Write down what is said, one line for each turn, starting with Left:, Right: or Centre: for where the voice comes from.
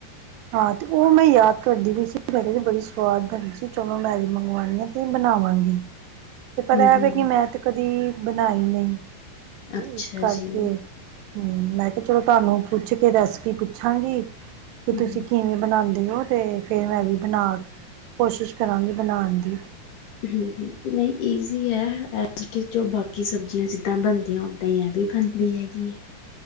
Right: ਹਾਂ, ਤੇ ਉਹ ਮੈਂ ਯਾਦ ਕਰਦੀ ਪਈ ਸੀ ਮੈਂ ਕਿਹਾ ਬੜੀ ਸਵਾਦਗੀ ਸੀ ਚਲੋ ਮੈਂ ਵੀ ਮੰਗਵਾਉਣੀ ਆ ਤੇ ਬਣਾਵਾਂਗੀ ਤੇ ਪਤਾ
Left: ਹਮ ਹਮ
Right: ਹੈ ਕਿ ਮੈਂ ਤੇ ਕਦੀ ਬਣਾਈ ਨਹੀਂ ਤੇ
Left: ਅੱਛਾ
Right: ਇਸ ਕਰਕੇ
Left: ਜੀ
Right: ਹੂੰ, ਮੈਂ ਕਿਹਾ ਚਲੋ ਤੁਹਾਨੂੰ ਪੁੱਛ ਕੇ ਕੇ ਰੈਸਪੀ ਪੁੱਛਾਂਗੀ
Left: ਹਮ
Right: ਤੁਸੀਂ ਕਿਵੇਂ ਬਣ ਦੇ ਉਹ ਤੇ ਫੇਰ ਮੈਂ ਵੀ ਬਣਾ ਕੋਸ਼ਿਸ਼ ਕਰਾਂਗੀ ਬਣਾਉਣ ਦੀ
Left: ਹੂੰ ਹੂੰ, ਨਹੀਂ ਈਜ਼ੀ ਹੈ ਬਾਕੀ ਸਬਜ਼ੀਆਂ ਜਿੱਦਾਂ ਬਣਦੀਆਂ ਓਦਾਂ ਹੀ ਐ ਵੀ ਬਣਦੀ ਹੈਗੀ ਹੈ